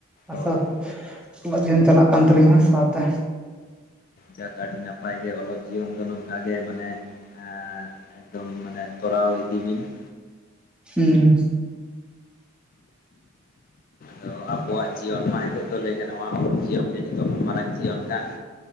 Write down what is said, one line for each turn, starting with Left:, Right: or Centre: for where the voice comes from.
Centre: <inaudible>
Left: ᱚ ᱟᱪᱪᱷᱟ ᱟᱪᱪᱷᱟ
Centre: ᱚᱞᱚᱜ ᱡᱤᱭᱚᱱ ᱪᱟᱞᱟᱜ ᱠᱟᱱ ᱛᱟᱹᱞᱤᱧᱟ ᱥᱟᱶᱛᱮ
Left: ᱡᱟᱠ ᱟᱹᱰᱤ ᱱᱟᱯᱟᱭ ᱜᱮ ᱚᱞᱚᱜ ᱡᱤᱭᱚᱱ ᱫᱚ ᱱᱚᱝᱠᱟᱜᱮ ᱢᱟᱱᱮ ᱮᱻ ᱮᱠᱫᱚᱢ ᱢᱟᱱᱮ ᱛᱚᱨᱟᱣ ᱤᱫᱤ ᱵᱤᱱ ᱾
Centre: ᱦᱩᱸ
Left: ᱟᱫᱚ ᱟᱵᱚᱣᱟᱜ ᱡᱤᱭᱚᱱ ᱢᱟ ᱱᱤᱛᱚᱜ ᱫᱚ ᱞᱟᱹᱭ ᱜᱟᱱᱚᱜᱼᱟ ᱚᱞᱚᱜ ᱡᱤᱭᱚᱱ ᱜᱮ ᱡᱚᱛᱚ ᱠᱷᱚᱱ ᱢᱟᱨᱟᱝ ᱡᱤᱭᱚᱱ ᱠᱟᱱ ᱾